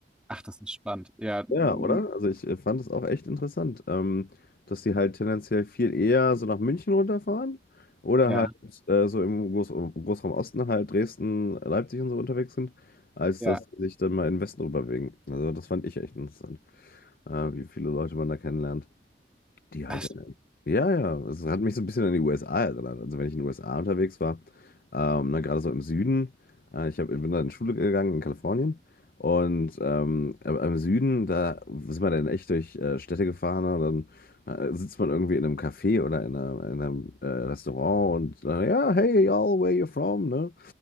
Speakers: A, in the centre; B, on the left (about 55°).
A: Ach, das ist spannend. Ja, mm,
B: Ja, oder? Also ich äh, fand es auch echt interessant, ähm, dass die halt tendenziell viel eher so nach München runterfahren oder
A: ja,
B: halt äh, so im Groß Großraum Osten halt Dresden, Leipzig und so unterwegs sind, als
A: ja.
B: dass sie sich dann mal in den Westen rüberbewegen. Also das fand ich echt interessant, äh, wie viele Leute man da kennenlernt. Die halt.
A: Hast,
B: äh, Ja, ja, es hat mich so ein bisschen an die USA erinnert. Also, wenn ich in den USA unterwegs war, ähm, ne, gerade so im Süden, äh, ich hab, bin da in Schule gegangen in Kalifornien. Und ähm, aber im Süden, da sind wir dann echt durch äh, Städte gefahren. Und dann äh, sitzt man irgendwie in einem Café oder in, einer, in einem äh, Restaurant und dann, ja, hey, y'all, where you from? Ne?